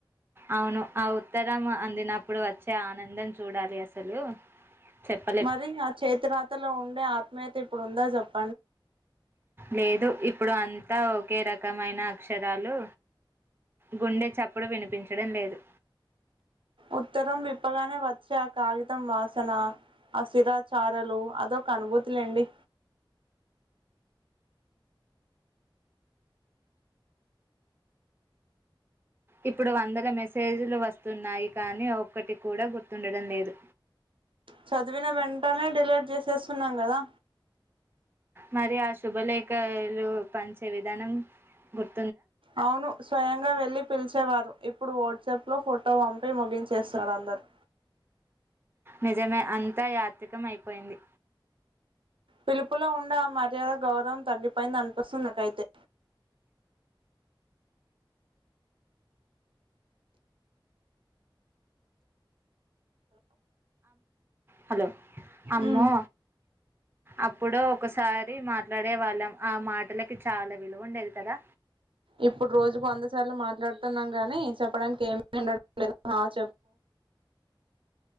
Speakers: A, on the right (about 25°); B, on the right (about 80°).
A: అవును ఆ ఉత్తరం అందినప్పు ప్పుడు వచ్చే ఆనందం చూడాలి అసలు చెప్పలేం
B: మరి ఆ చేతి రాతలో ఉండే ఆత్మీయత ఇప్పుడు ఉందా చెప్
A: లేదు ఇప్ ఇప్పుడు అంతా ఒకే రకమైన అక్షరాలు గుండె చప్పుడు వినిపించడం లేదు
B: ఉత్తరం విప్పగానే వ చ్చ కాగితం వాసనా ఆశిరా చారలు అదొక అనుభూతి వండి
A: ఇప్పుడు వందల మెసేజ్లు వస్తున్నాయి కానీ ఒక్కటి కూడా గుర్తుండడం లేదు
B: చదివిన వెంటనే డెలివర్ చేసేస్తున్నాం కదా
A: మరి ఆ శుభలేఖ లు పంచే విధానం గుర్
B: అవును స్వయంగా వెళ్ళి పిలిచేవారు ఇప్పుడు వాట్సాప్ లో ఫోటో పంపి ముగించేస్తారు అందరు
A: నిజమే అంతా యాత్రికం అయిపోయింది
B: పిలుపులో ఉండే ఆ మర్యాద గౌరవం తగ్గిపోయిందంది అనిపిస్తుందికైతే
A: హలో అమ్మో
B: మ్మ్.
A: అప్పుడు ఒకసారి మాట్లాడే వాళ్ళ ఆ మాటలకి చాలా విలువ ఉండేది కదా
B: ఇప్పుడు రోజుకు వందసార్లు మాట్లాడుతున్నాం గాని చెప్పడానికి ఏమిండ లే చె